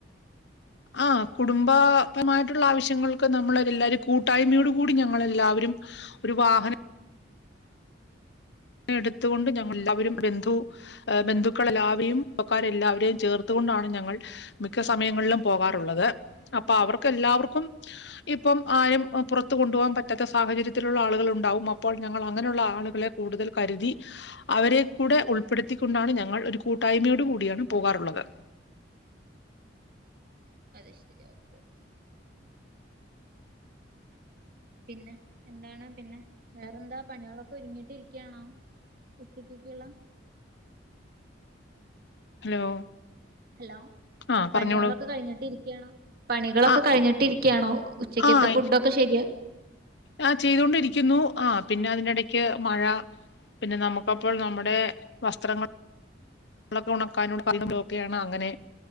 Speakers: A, on the left; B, on the right.
A: ആ കുടുംബപമായിട്ടുള്ള ആവശ്യങ്ങൾക്ക് നമ്മളൊരു എല്ലാരും കൂട്ടായ്മയോട് കൂടി ഞങ്ങളെല്ലാവരും ഒരു വാഹനം എടുത്തുകൊണ്ട് ഞങ്ങ അവരും ബന്ധു ബന്ധുക്കൾ എല്ലാവരെയും പക്കാരെല്ലാവരെയും ചേർത്തു കൊണ്ടാണ് ഞങ്ങൾ മിക്ക സമയങ്ങളിലും പോകാറുള്ളത് അപ്പൊ അവർക്ക് എല്ലാവർക്കും ഇപ്പം ആരും പുറത്ത് കൊണ്ടു പോകാൻ പറ്റാത്ത സാഹചര്യത്തിലുള്ള ആളുകളുണ്ടാവും അ അപ്പോൾ ഞങ്ങൾ അങ്ങനെയുള്ള ആളുകളെ കൂടുതൽ കരുതി അവരെ കൂടെ ഉൾപ്പെടുത്തിക്കൊണ്ടാണ് ഞങ്ങൾ ഒരു കൂട്ടായ്മയോട് കൂടിയാണ് പോകാറുള്ളത്
B: അത് ശരിയാ ഓക്കെ പിന്നെ എന്താണ് പിന്നെ വേറെന്താ പണികളൊക്കെ ഒരുങ്ങിട്ടിരിക്കുകയാണോ ഉച്ചക്കത്തേയ്ക്കുള്ള
A: ഹലോ
B: ഹലോ
A: ആഹ്
B: പണികളൊക്കെ
A: പറഞ്ഞോളൂ
B: കഴിഞ്ഞിട്ട് ഇരി ക്യണോ പണികളൊക്കെ
A: ആഹ്
B: കഴിഞ്ഞിട്ടിരിക്യാണോ ഉച്ചക്കത്തെ
A: ആഹ്
B: ഫുഡൊക്കെ ശരിയ
A: ആ ചെയ്തൊണ്ടിരിക്കുന്നു ആ പിന്നെ അതിനിടയ്ക്ക് മഴ പിന്നെ നമുക്കപ്പോൾ നമ്മുടെ വസ്ത്രങ്ങൾ ങ്ങളൊക്കെ ഉണക്കാനോട് പറഞ്ഞ പോക്കെയാണ് അങ്ങനെ